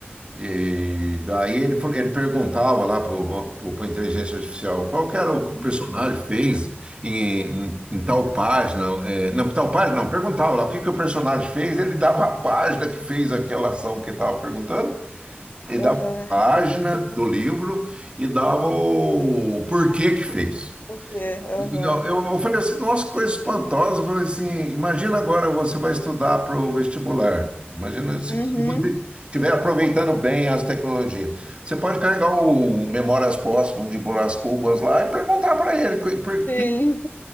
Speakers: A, on the right; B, on the left.
A: E daí ele, falou- ele perguntava lá para a inteligência artificial qual que era o que o
B: Hum,
A: personagem fez em, em- em tal página. eh, não, tal página não, perguntava lá o que, que o personagem fez, ele dava a página que fez aquela ação que ele estava perguntando, ele dava
B: aham,
A: a página do livro e dava o porquê que fez.
B: por quê? Aham.
A: Não, eu eu falei assim, nossa, coisa espantosa. Eu falei assim, imagina agora você vai estudar para o vestibular. Imagina se
B: Uhum,
A: se você estiver aproveitando bem as tecnologias. Você pode carregar o Memórias Póstumas de Brás Cubas lá e perguntar para ele, que- porque
B: sim,